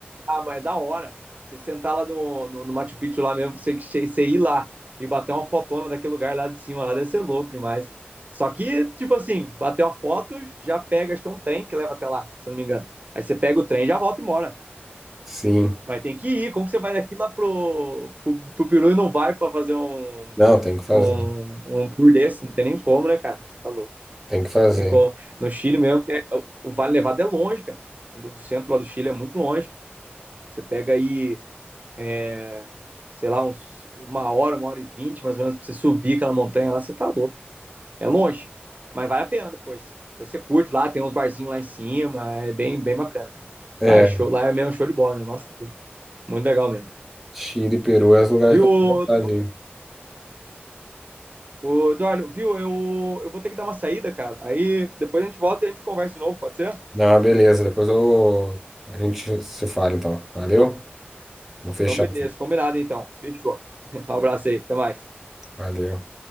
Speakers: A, on the right; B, in the centre.
A: ah, mas é da hora. Você sentar lá no, no, no Machu Picchu lá mesmo, você, você ir lá e bater uma fotona daquele lugar lá de cima, lá deve ser louco demais. Só que, tipo assim, bater uma foto, já pega, acho que é um trem que leva até lá, se eu não me engano. Aí você pega o trem, já volta e mora.
B: sim.
A: Mas tem que ir. Como que você vai daqui lá pro, pro, pro Peru e não vai pra fazer um,
B: Não, tem que fazer.
A: um, um tour desse? Não tem nem como, né, cara? Tá louco.
B: Tem que fazer.
A: Tem como- No Chile mesmo, que é- o Vale Nevado é longe, cara. Do do centro lá do Chile é muito longe. Você pega aí, é, sei lá, uns- uma hora, uma hora e vinte, mais ou menos, pra você subir aquela montanha lá, você tá louco. É longe, mas vale a pena depois. Depois você curte lá, tem uns barzinhos lá em cima, é bem, bem bacana, cara.
B: É.
A: Lá é show, lá é mesmo show de bola, meu. Nossa, muito legal mesmo.
B: Chile, Peru é os lugares
A: Viu,
B: que eu
A: ô-
B: tenho vontade de ir.
A: ô, Eduardo? Viu? Eu, eu vou ter que dar uma saída, cara. Aí depois a gente volta e a gente conversa de novo, pode ser?
B: Não, beleza. Depois eu... a gente se fala, então. Valeu? Vou fechar.
A: Então, beleza, combinado então. Fechou. <laughs> Um abraço aí, até mais.
B: Valeu.